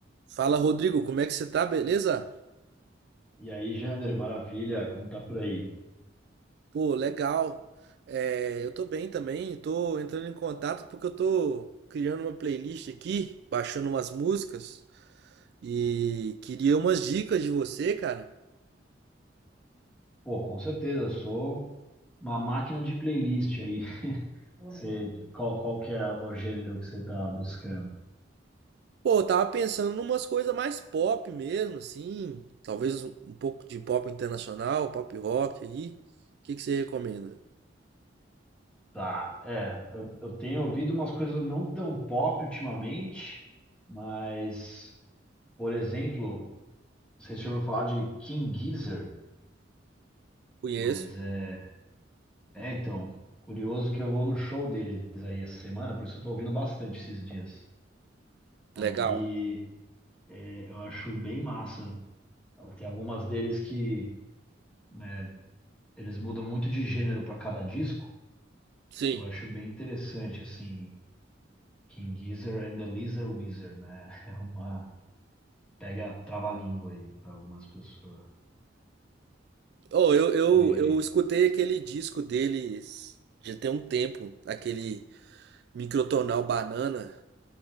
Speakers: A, on the right (about 60°); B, in the centre.
A: Fala, Rodrigo, como é que você tá? Beleza?
B: E aí, Jander, maravilha, como tá por aí?
A: Pô, legal. É, eu tô bem também, tô entrando em contato porque eu tô criando uma playlist aqui, baixando umas músicas e queria umas dicas de você, cara.
B: Pô, com certeza, sou uma máquina de playlist aí. Você, qual, qual que é o gênero que você tá buscando?
A: Pô, eu tava pensando em umas coisas mais pop mesmo, assim, talvez um um pouco de pop internacional, pop rock aí. O que que você recomenda?
B: Tá, é, eu, eu tenho ouvido umas coisas não tão pop ultimamente, mas, por exemplo, não sei se
A: Hum,
B: você ouviu falar de King Gizzard,
A: Conheço.
B: mas é, é, então, curioso que eu vou no show deles aí essa semana, por isso eu tô ouvindo bastante esses dias.
A: Legal.
B: Aí, é, eu acho bem massa Então, tem algumas deles que né, eles mudam muito de gênero para cada disco.
A: Sim.
B: Então eu acho bem interessante, assim, King Gizzard and the Lizard Wizard, né? <laughs> É uma. Pega trava-língua aí para algumas pessoas.
A: Oh, eu, eu,
B: É,
A: eu escutei aquele disco deles já tem um tempo, aquele Microtonal Banana.